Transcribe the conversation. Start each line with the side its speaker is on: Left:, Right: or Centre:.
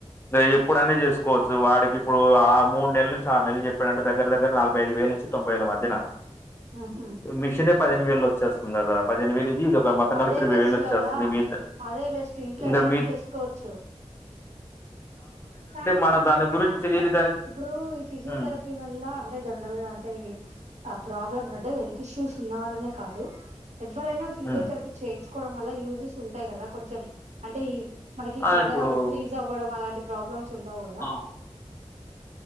Left: ఏ ఎప్పుడనా చేసుకోవచ్చు వాడికి ఇప్పుడు ఆ మూడు నెల నుంచి ఆరు నెలలు చెప్పడుంటే దగ్గర దగ్గర నలభై ఐదు వే నుంచి తంబై వేల మధ్యన
Right: ఉహు
Left: మిషనే పదిహేను వేలు వచ్చేస్తుంది కదా పదిహేను వేలు ఇది ఒక మతం
Right: అదే
Left: కలిపి ఇరవై
Right: బెస్ట్
Left: వేలు వచ్చేస్తుంది
Right: కదా
Left: మీద్
Right: అదే బెస్ట్ ఇంట్లో
Left: ఇంకా
Right: ఎవరైనా
Left: మీద్
Right: చేసుకోవచ్చు కానీ
Left: మన
Right: ఒకటి
Left: దాని
Right: చెప్పండి
Left: గురించి
Right: నాకు
Left: తెలియదు కానీ
Right: ఇప్పుడు ఈ ఫిజియోథెరపీ
Left: ఉమ్
Right: వల్ల అంటే జనరల్ గా అంటే ఆ ప్రాబ్లం రెం దే టిస్యూస్ ఉన్నవాళ్లనే కాదు ఎవ్వరైనా పిజీయోథెరపీ
Left: ఉమ్
Right: చేయించుకోవడం వల్ల యూజ్ దిస్ ఉంటాయ్ కదా కొంచం అంటే ఇ మనకి
Left: ఆ
Right: కండరాలు
Left: ఇప్పుడు
Right: ఫ్రీజ్ అవ్వడం అలాంటి ప్రాబ్లమ్స్ తుండవ్ అదా
Left: ఆ